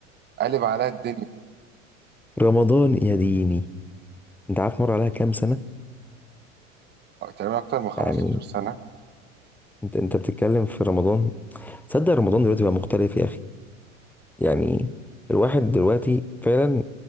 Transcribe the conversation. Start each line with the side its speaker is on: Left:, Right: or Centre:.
Right: قالب عليا الدنيا
Centre: رمضان يا ديني انت عارف مر عليها كام سنة
Right: تقريبا اكتر من 15
Centre: يعني
Right: سنه
Centre: انت انت بتتكلم في رمضان تصدق رمضان دلوقتي بقى مختلف يا اخي يعني الواحد دلوقتي فعلا